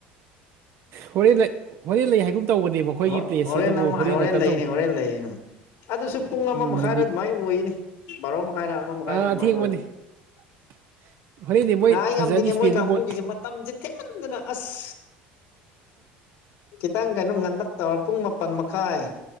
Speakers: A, on the right; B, on the left.
A: ꯍꯣꯔꯦꯟ ꯂꯩ ꯍꯣꯔꯦꯟ ꯂꯩ ꯍꯥꯏꯒꯨꯝ ꯇꯧꯕꯅꯦ ꯃꯈꯣꯏꯒꯤ
B: ꯍꯣ
A: ꯄ꯭ꯂꯦꯁꯦ
B: ꯍꯣꯔꯦꯟꯅꯃ
A: ꯑꯗꯨꯕꯨ ꯍꯣꯔꯦꯟꯅ
B: ꯍꯣꯔꯦꯟ
A: ꯀꯝꯗꯧ
B: ꯂꯩꯒꯅꯤ ꯍꯣꯔꯦꯟ ꯂꯩꯌꯦ ꯑꯗꯨꯁꯨ ꯄꯨꯡ ꯑꯃ
A: ꯎꯝ
B: ꯃꯈꯥꯏꯔ
A: ꯅꯪꯒꯤ
B: ꯑꯗꯨꯃꯥꯏꯅ ꯑꯣꯏꯌꯦꯅꯦ ꯕꯥꯔꯣ ꯃꯈꯥꯏꯔ ꯑꯃ ꯃꯈꯥꯏꯔ
A: ꯑꯥ
B: ꯑꯗꯨꯃꯥꯏꯅ
A: ꯑꯊꯦꯡꯕꯅꯤ
B: ꯑꯣꯏꯕꯅꯤ
A: <inaudible> ꯍꯣꯔꯦꯟꯗꯤ ꯃꯣꯏ
B: ꯉꯥꯏ
A: ꯐꯖꯅꯤ
B: ꯉꯝꯗꯦꯅꯦ
A: ꯏꯁꯄꯦꯟꯁꯨ
B: ꯃꯣꯏ ꯀꯥꯡꯕꯨꯒꯤꯁꯦ
A: ꯕꯣꯜ
B: ꯃꯇꯝꯖꯤ ꯊꯦꯡꯃꯟꯗꯅ ꯑꯁ ꯈꯤꯇꯪ ꯀꯩꯅꯣ ꯉꯟꯂꯛ ꯇꯧꯔ ꯄꯨꯡ ꯃꯥꯄꯟ ꯃꯈꯥꯏ